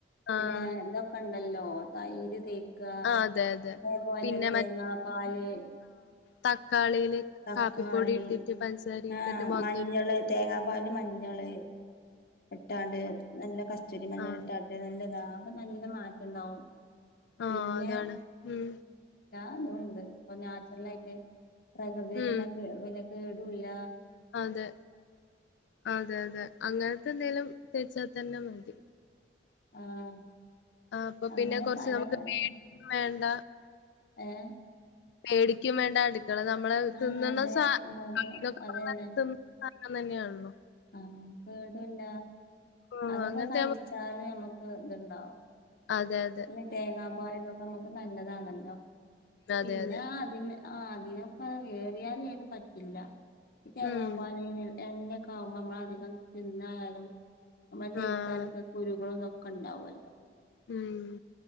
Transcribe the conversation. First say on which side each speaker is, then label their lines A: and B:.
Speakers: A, on the left; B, on the left.
A: ആഹ്
B: പിന്നേ ഇതെക്കെ ഉണ്ടല്ലോ തൈര് തേ അതേപോലെ
A: ആഹ് അതെ അതെ. പിന്നെ
B: തന്നെ തേങ്ങാ പാല്
A: തക്കാളില്
B: തക്കാളി
A: കാപ്പിപ്പൊടി ഇട്ടിട്ട് പഞ്ചസാര ഇട്ടിട്ട്
B: ആഹ്
A: മൊകത്തൊരു
B: മഞ്ഞള് തേങ്ങാപ്പാലില് മഞ്ഞള് ഇട്ടാണ്ട് നല്ല കസ്റ്റൂരി മഞ്ഞള്
A: ആഹ്
B: ഇട്ടാട്ട് നല്ല ഇതാ അപ്പൊ നല്ല മാറ്റണ്ടാവും
A: ആഹ്
B: പിന്നെ
A: അതാണ്. ഉം
B: അതൊണ്ട് ഇപ്പൊ നാച്ചുറൽ ആയിട്ട് പ്രകൃതി
A: ഉം
B: പിന്നെ കേടില്ല
A: അതെ അതെ അതെ അങ്ങനത്തെന്തേലും തേച്ചാ തന്നെ മതി
B: ആഹ്
A: ആ അപ്പം
B: അങ്ങനെ
A: പിന്നെകൊറച്ച്
B: പല
A: നമുക്ക്
B: പല
A: പേടിക്കും വേണ്ട
B: ഏഹ്
A: പേടിക്കും വേണ്ട അടുക്കള നമ്മളെ തിന്ന്ണ
B: ആഹ് അതെ
A: സാ
B: നമുക്ക്
A: അങ്ങനെ ഒക്കെ
B: അതന്നെ
A: പറഞ്ഞാ തിൻ കാരണം തന്നെയൊള്ളു
B: ആഹ് കേടില്ല
A: ഓ
B: അതൊക്കെ
A: അങ്ങനത്തെ
B: കഴിച്ചാല്
A: ആവുമ്പോ
B: ഞമ്മക്ക് ഇത്ണ്ടാവും
A: അതെ അ-
B: പിന്നേ തേങ്ങാ പാല് ഇതൊക്കെ നമുക്ക് നല്ലതാണല്ലോ
A: അതെ
B: പിന്നേ
A: അതെ
B: അതിന് ആ അതിനൊക്കെ ഏറിയാല് അയ്‌ന് പറ്റില്ല ഇ തേങ്ങാപ്പാല്
A: ഉം
B: എണ്ണ ആകുമ്പോ നമ്മള അധികം തിന്നായാലും നമ്മൾ തേക്കാലൊക്കെ
A: ആഹ്
B: കുരുകളുംന്നൊക്കെ ഉണ്ടാവുല്ലോ
A: ഉം